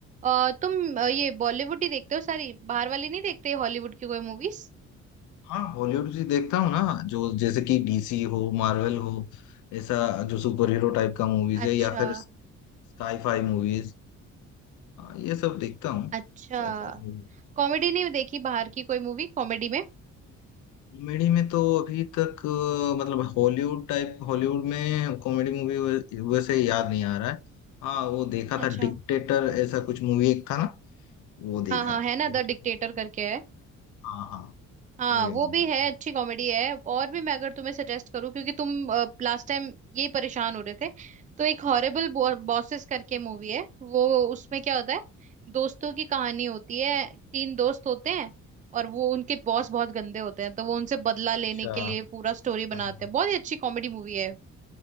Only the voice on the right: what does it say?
और तुम अ, ये बॉलीवुड ही देखते हो सारी बाहर वाली नहीं देखते हॉलीवुड की कोई मूवीज
अच्छा
अच्छा
कॉमेडी नहीं देखी बाहर की कोई मूवी कॉमेडी में
अच्छा
हाँ हाँ
है ना
द डिक्टेटर
करके है
हाँ
वो भी
है
अच्छी कॉमेडी है और भी मैं अगर तुम्हें सजेस्ट करूँ क्योंकि तुम लास्ट टाइम ये परेशान हो रहे थे तो एक हॉरेबल बॉसेस करके मूवी है वो उसमें क्या होता है दोस्तों की कहानी होती है तीन दोस्त होते हैं और वो उनके बॉस बहुत गंदे होते हैं तो वो उनसे बदला लेने
के लिए
पूरा स्टोरी
बनाते हैं बहुत ही अच्छी कॉमेडी मूवी है